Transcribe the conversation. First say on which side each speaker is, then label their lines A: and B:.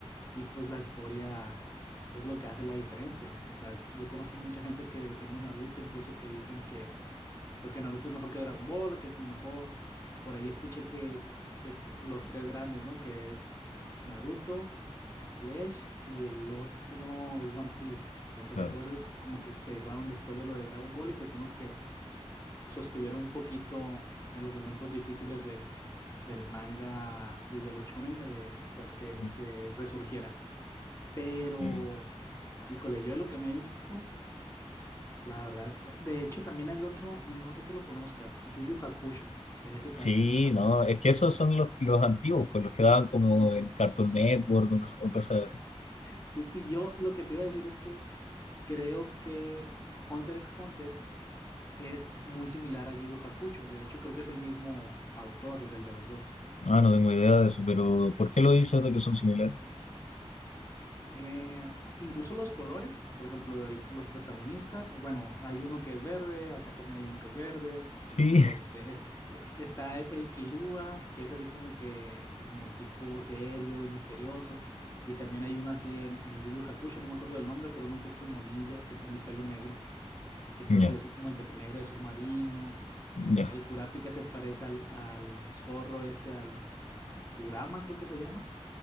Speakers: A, on the left; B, on the left.
A: y pues la historia es lo que hace la diferencia. O sea, yo conozco mucha gente que defiende Naruto, incluso que dicen que pues que Naruto es mejor que Dragon Ball, que es el mejor. Por ahí escuché que es, que es los tres grandes, ¿no? Que es Naruto, Bleach y el otro es One Piece. O sea
B: Claro,
A: que todos esos como que se derivaron después de lo de Dragon Ball y que son los que sostuvieron un poquito en los momentos difíciles del, del manga y de los shonen, eh, pues que,
B: ujú,
A: que resurgiera. Pero,
B: sí.
A: híjole, yo de lo que me he visto. La verdad, eh, de hecho también hay otro, no sé si lo conozcas, Yu Yu Hakusho, ese también
B: Sí,
A: está muy
B: no,
A: bueno.
B: es que esos son los, los antiguos, pues los que daban como
A: Ajá.
B: en Cartoon Network o, cos- o cosas así.
A: Sí, y yo lo que te iba a decir es que creo que Hunter x Hunter es muy similar a Yu Yu Hakusho, de hecho creo que es el mismo autor del de los dos.
B: Ah, no tengo idea de eso, pero ¿por qué lo hizo esto que son similares?
A: Eh, incluso los colores, por ejemplo, el- los protagonistas, bueno, hay uno que es verde, acá también hay uno que es verde,
B: Sí,
A: este, est- eh, está el, el Kilua, que es así como que, como tipo serio y misterioso, y también hay uno así en, en Yu Yu Hakusho, no me acuerdo del nombre, pero uno que es como ninja, que tiene el pelo negro, y que está
B: <laughs>
A: vestido
B: ya,
A: así como entre negro y azul marino,
B: ya,
A: el Kurapika se parece al, al zorro este, al Kurama creo que se llama